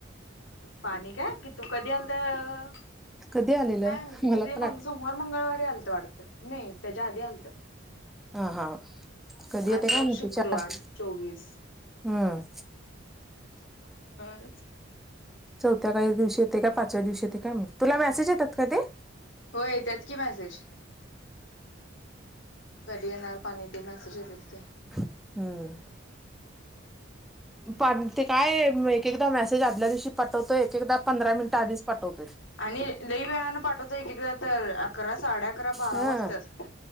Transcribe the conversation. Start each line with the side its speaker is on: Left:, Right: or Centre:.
Left: पाणी काय की तू कधी आल आलतं
Centre: कधी आलेलं
Left: काय माहिती
Centre: मला
Left: कधी मंग
Centre: पण आठ
Left: सोम सोमवार मंगळवारी आलतं वाटतं नाही त्याच्या आधी आलतं.
Centre: हा हा कधी
Left: आज
Centre: येतोय काय
Left: वार
Centre: माहीती
Left: शुक्रवार
Centre: चार
Left: चोवीस
Centre: हम्म
Left: सोमवार मंगळवारच,
Centre: चौथ्या काय दिवशी येतंय काय पाचव्या दिवशी येतंय काय माहीत तुला मेसेज
Left: होय.
Centre: येतात का ते?
Left: होय येत्यात की मॅसेज कधी येणार पाणी ते मॅसेज येत्यात की.
Centre: हम् पाणी ते काय एक एकदा मेसेज आदल्या दिवशीच पाठवतोय एक एकदा पंधरा मिनिटं आधीच पाठवतोय
Left: आणि लैई वेळानं पाठवतोय एक एकदा तर अकरा साडे अकरा बारा
Centre: हा
Left: वाजत्यात.